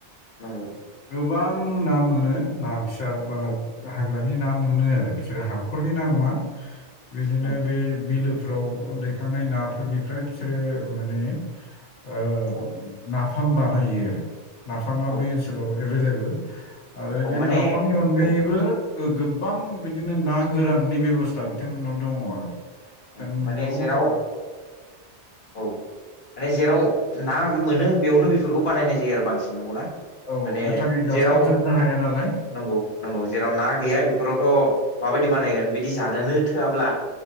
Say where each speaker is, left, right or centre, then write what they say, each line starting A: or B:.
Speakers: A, on the left; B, on the left.
A: नंगौ।
B: गोबां ना मोनो ना फिसा बा
A: औ
B: गाहा बिरानि ना मोनो आरो बिसोरो हाखरनि ना नङा बिदिनो
A: नंगौ
B: बे बिलो फोराव दैखांनाय नाफोरनिफ्राय बिसोरो माने ओ
A: औ
B: ना फाम बानायो आरो नाफामा
A: औ
B: बै ओनसोलाव एभेलेबेल। आरो
A: औ
B: बे
A: माने
B: नाफामनि अनगायैबो
A: औ
B: गोबां बिदिनो ना गोराननि बेब'स्था बिथांमोननाव दङ आरो। बिथांनाव
A: औ माने जेराव
B: औ
A: औ माने जेराव ना मोनो बेयावनो बेफोरखौ बानायनाय जायो आरो बांसिन नंगौ ना?
B: औ
A: माने
B: गोथाङै जास्लाबजोबनो
A: जेराव
B: हाया नालाय
A: नंगौ नंगौ जेराव ना गैया बेफोरावथ' माबायदि बानायगोन बिदि जानोनो थोआब्ला